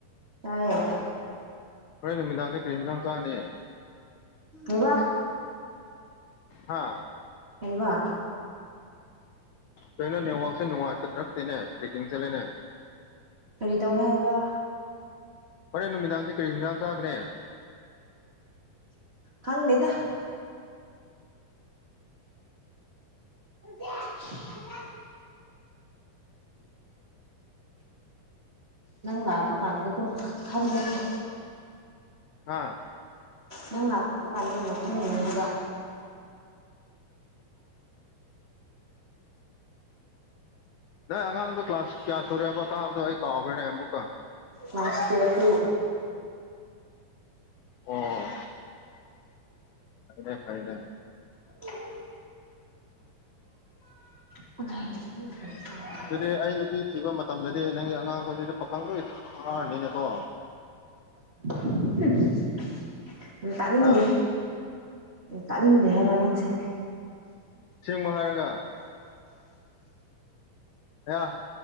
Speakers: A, on the right; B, on the left.
A: ꯇꯌꯦꯟ
B: ꯍꯣꯔꯦꯟ ꯅꯨꯃꯤꯗꯥꯡꯅꯤ ꯀꯔꯤ ꯍꯟꯖꯥꯡ ꯆꯥꯅꯤ
A: ꯏꯕꯥ
B: ꯍꯥ
A: ꯍꯕꯥ
B: ꯀꯩꯅꯣ ꯅꯦꯠꯋꯥꯛꯁꯦ ꯅꯨꯡꯉꯥꯏꯇ꯭ꯔꯛꯇꯦꯅꯦ ꯇ꯭ꯔꯦꯛꯀꯤꯡ ꯆꯠꯂꯦꯅꯦ
A: ꯀꯔꯤ ꯇꯧꯋꯦ ꯍꯥꯏꯕ
B: ꯐꯣꯔꯦ ꯅꯨꯃꯤꯗꯥꯡꯗꯤ ꯀꯔꯤ ꯅꯨꯡꯗꯥꯡ ꯆꯥꯒꯦ
A: ꯈꯪꯪꯗꯦꯗ <unintelligible> ꯅꯪ ꯂꯥꯛꯄ ꯀꯥꯟꯗ ꯑꯗꯨꯝ ꯈꯟꯂꯁꯤ
B: ꯍꯥꯥ
A: ꯅꯪ ꯂꯥꯛꯄ ꯀꯥꯟꯗ ꯑꯣꯏꯅ ꯈꯪꯉꯅꯤ ꯍꯥꯏꯕ
B: ꯅꯪ ꯑꯉꯥꯡꯗꯣ ꯀ꯭ꯂꯥꯁ ꯀꯌꯥ ꯁꯨꯔꯦꯕ ꯀꯥꯕꯗꯣ ꯑꯩ ꯀꯥꯎꯈ꯭ꯔꯦꯅꯦ ꯑꯃꯨꯛꯀ
A: ꯃꯥꯁꯀꯤꯌꯥ ꯇꯨ
B: ꯑꯣ ꯐꯥꯏꯔꯦ ꯐꯥꯏꯔꯦ
A: ꯌꯥꯝ ꯎ
B: ꯑꯗꯨꯗꯤ ꯑꯩ ꯅꯨꯄꯤ ꯊꯤꯕ ꯃꯇꯝꯗꯗꯤ ꯅꯪꯒꯤ ꯑꯉꯥꯡꯈꯣꯏꯗꯗꯤ ꯄꯥꯈꯪꯗ ꯐꯥꯔꯅꯤꯅꯀꯣ
A: <unintelligible> ꯑꯗꯨ ꯇꯥꯅꯤꯡꯗꯦ
B: ꯍꯥ
A: ꯇꯥꯅꯤꯡꯗꯦ ꯍꯥꯏꯕ ꯅꯪꯁꯦ
B: ꯁꯦꯡꯕ ꯍꯥꯏꯔꯒ ꯌꯥ